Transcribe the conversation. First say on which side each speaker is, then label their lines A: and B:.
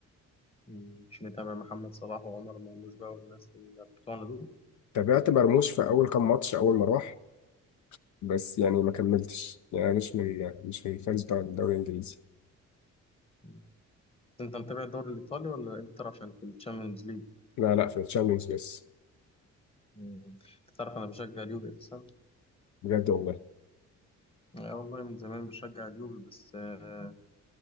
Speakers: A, on the left; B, on the left.
A: مم. مش متابع محمد صلاح وعمر مرموش بقى والناس اللي بتوعنا دول
B: تابعت مرموش في أول كام ماتش أول ما راح بس يعني ما كملتش يعني مش من مش من الفانز بتاع الدوري الإنجليزي
A: مم. بس انت متابع الدوري الايطالي ولا الانتر عشان في الشامبيونز ليج
B: لا لا في الشامبيونز بس
A: مم. انت تعرف انا بشجع اليوفي اساسا
B: بجد والله
A: لا والله من زمان بشجع اليوفي بس آه،